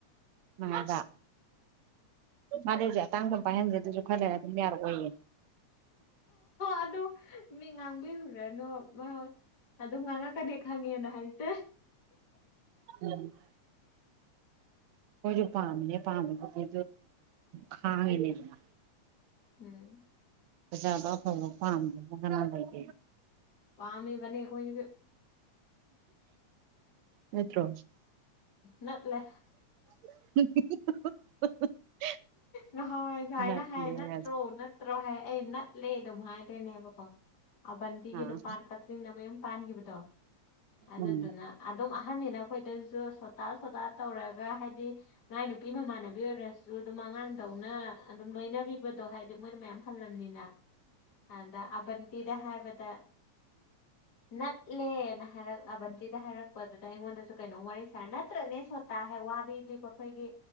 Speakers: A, on the right (about 70°); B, on the left (about 35°).
A: ꯃꯥꯗ ꯃꯥꯗꯦꯖꯦ ꯇꯥꯡ ꯄꯥꯏ ꯍꯟꯁꯦ ꯑꯗꯨꯁꯨ ꯈꯔꯂꯔ ꯑꯗꯨꯝ ꯌꯥꯔ ꯑꯣꯏꯌꯦ
B: ꯑꯗꯨ ꯃꯤ ꯉꯥꯡꯕꯤꯔꯨꯔꯅꯨꯣꯏ ꯑꯗꯨꯝ ꯉꯥꯡꯉ ꯀꯅꯦ ꯈꯪꯉꯦꯅ ꯍꯥꯏꯁꯇ
A: ꯎꯝ ꯍꯧꯖ ꯄꯥꯃꯤꯅꯦ ꯄꯥꯃꯤꯕꯨꯗꯤ ꯈꯥꯉꯤꯅꯤꯗꯅ
B: ꯎꯝ
A: ꯂꯥꯕ ꯑꯐꯕ ꯄꯥꯝꯗꯕꯨ ꯀꯅꯥ ꯂꯩ
B: ꯄꯥꯝꯃꯤꯕꯅꯦ ꯑꯈꯣꯏꯖꯨ
A: ꯅꯠꯇ꯭ꯔꯣ
B: ꯅꯠꯂꯦ
A: <unintelligible>
B: ꯅꯍꯣꯏ ꯁꯨꯃꯥꯏꯅ
A: ꯅꯠꯂꯤꯖꯣꯏ
B: ꯍꯥꯏ ꯅꯠꯇ꯭ꯔꯣ ꯅꯠꯇ꯭ꯔꯣ ꯍꯥꯏ ꯑꯩ ꯅꯠꯂꯦ ꯑꯗꯨꯝ ꯍꯥꯏꯗꯣꯏꯅꯦꯕꯀꯣ ꯑꯕꯟꯗꯤꯒꯤ
A: ꯑꯥ
B: ꯅꯨꯄꯥꯥꯟ ꯀꯛꯆꯤꯡꯅ ꯃꯌꯨꯝ ꯄꯥꯟꯒꯤꯕꯗꯣ ꯑꯗꯨꯗꯨꯅ
A: ꯎꯝ
B: ꯑꯗꯨꯝ ꯑꯍꯟꯅꯤꯅ ꯑꯩꯈꯣꯏꯗꯁꯨ ꯁꯣꯠ ꯇꯥ ꯁꯣꯇꯥ ꯇꯧꯔꯒ ꯍꯥꯏꯗꯤ ꯃꯥꯏ ꯅꯨꯄꯤ ꯃꯃꯥꯟꯅꯕꯤ ꯑꯣꯏꯔꯁꯨ ꯑꯗꯨꯝ ꯑꯉꯥꯡ ꯇꯧꯅ ꯑꯗꯨꯝ ꯂꯣꯏꯅꯕꯤꯕꯗꯣ ꯍꯥꯏꯗꯤ ꯃꯣꯏꯅ ꯃꯌꯥꯝ ꯍꯜꯂ ꯅꯤꯅ ꯑꯗ ꯑꯕꯟꯇꯤꯗ ꯍꯥꯏꯕꯗ ꯅꯠꯂꯦꯅ ꯍꯥꯏꯔꯛ ꯑꯕꯟꯇꯤꯗ ꯍꯥꯏꯔꯛꯄꯗꯨꯗ ꯑꯩꯉꯣꯟꯗꯁꯨ ꯀꯩꯅꯣꯝ ꯋꯥꯔꯤ ꯁꯥꯔ ꯅꯠ ꯇ꯭ꯔꯅꯦ ꯁꯣꯇꯥ ꯍꯥꯏ ꯋꯥꯗꯩ ꯂꯤꯕ ꯑꯩꯈꯣꯏꯒꯤ